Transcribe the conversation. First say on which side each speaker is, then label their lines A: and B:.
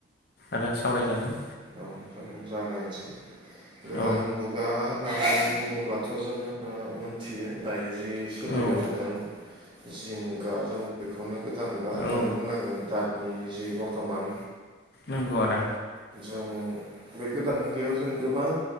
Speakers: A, on the left; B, on the right.
A: आदा सावरायजागोन
B: औ जों जागायनोसै गोदान
A: औ
B: मुग गा होननानै बुङोब्लाथ' जोङो मोनथियो दायो जि सोलिबाय
A: औ
B: थादों जिंगा जों बेखौनो गोदान मुगा होननानै
A: औ
B: बुंनांगोन दानि जि बर्थमान
A: नंगौ आदा
B: जों बे गोदान मुगायाव जों गोबां